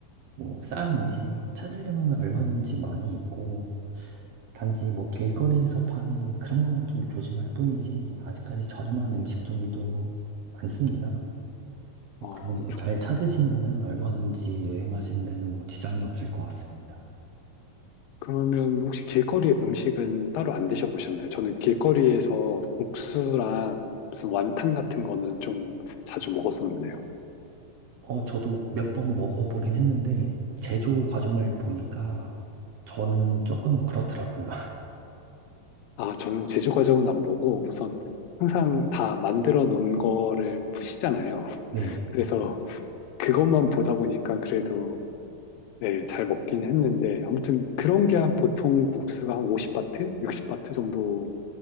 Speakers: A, on the right; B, on the left.
A: 뭐, 싼 음식 찾으려면 얼마든지 많이 있고, 단지 뭐 길거리에서 파는 그런 것만 좀 조심할 뿐이지, 아직까지 저렴한 음식점도 많습니다. 뭐
B: 어,
A: 그런 거 잘 찾으시면은 얼마든지 여행하시는 데는 뭐 지장이 없을 것 같습니다.
B: 그러면 혹시 길거리 음식은 따로 안 드셔보셨나요? 저는 길거리에서 국수랑 무슨 완탕 같은 거는 좀 자주 먹었었는데요.
A: 어, 저도 몇 번 먹어보긴 했는데, 제조 과정을 보니까 저는 조금 그렇더라고요. <laughs>
B: 아, 저는 제조 과정은 안 보고 우선 항상 다 만들어 놓은 거를 푸시잖아요.
A: 네,
B: 그래서 그것만 보다 보니까 그래도 네, 잘 먹긴 했는데 아무튼 그런 게 한 보통 국수가 한 50바트, 60바트 정도